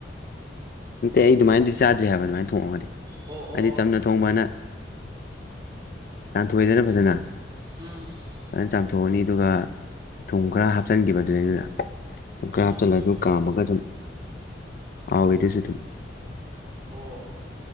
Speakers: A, on the left; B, on the right.
A: ꯅꯠꯇꯦ ꯑꯩ ꯑꯗꯨꯃꯥꯏꯅꯗꯤ ꯆꯥꯗ꯭ꯔꯤ ꯍꯥꯏꯕ ꯑꯗꯨꯃꯥꯏꯅ ꯊꯣꯡꯉꯒꯗꯤ
B: ꯑꯣ
A: ꯑꯩꯗꯤ
B: ꯑꯣ
A: ꯆꯝꯅ ꯊꯣꯡꯕꯅ ꯆꯥꯝꯊꯣꯛꯑꯦꯗꯅ ꯐꯖꯅ
B: ꯎꯝ
A: ꯐꯖꯅ ꯆꯥꯝꯊꯣꯛꯑꯅꯤ ꯑꯗꯨꯒ ꯊꯨꯝ ꯈꯔ ꯍꯥꯞꯆꯤꯟꯈꯤꯕ ꯑꯗꯨꯅꯦ ꯑꯩ ꯑꯗꯨꯗ ꯊꯨꯝ ꯈꯔ
B: ꯎꯝ
A: ꯍꯥꯞꯆꯜꯂ ꯑꯗꯨ ꯀꯥꯝꯃꯒ ꯑꯗꯨꯝ ꯍꯥꯎꯋꯤꯗ ꯑꯗꯨꯁꯨ ꯑꯗꯨꯝ
B: ꯑꯣ